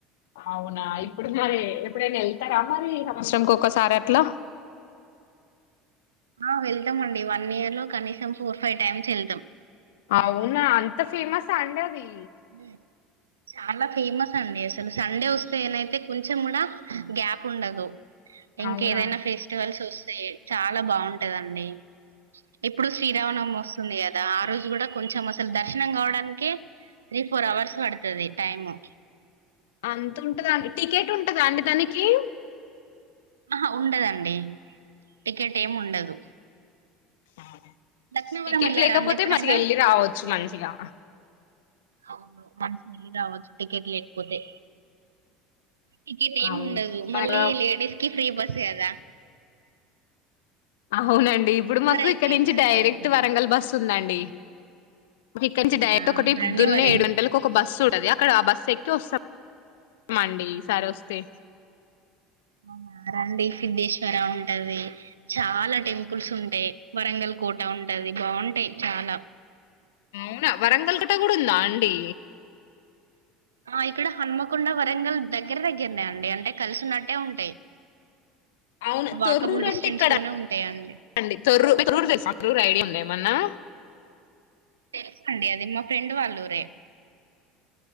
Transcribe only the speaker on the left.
అవునా ఇప్పుడు మరీ ఎప్పుడైనా వెళ్తరా మరీ సంవత్సరంకి ఒక్కసారి అట్లా.
అవునా అంత ఫేమస్ ఆ అండీ అదీ.
అవునా
అంత ఉంటదా అండి. టికెట్ ఉంటదా అండి దాననికీ.
ఆ
టికెట్
లేకపోతే
మంచి ఎళ్ళి రావచ్చు మంచిగా.
అవును
బాగా
అవునండి. ఇప్పుడు మాకు
ఇక్కడ నుంచి డైరెక్ట్
వరంగల్ బస్ ఉందండి. ఇక్కడ నుంచి
డైరెక్ట్ ఒకటి
పొద్దున్నే
ఏడు గంటలకు ఒక బస్సు ఉంటది. అక్కడ ఆ బస్సు ఎక్కి వస్తాంమండి ఈ సారి వస్తే.
అవునా వరంగల్ కోట కూడా ఉందా అండి.
అవును
తొర్రూరు
అంటే ఎక్కడ
అండి తొర్రూర్ తొర్రూర్ తెల్సా తొర్రూరు ఐడియా ఉందా ఏ మన్నా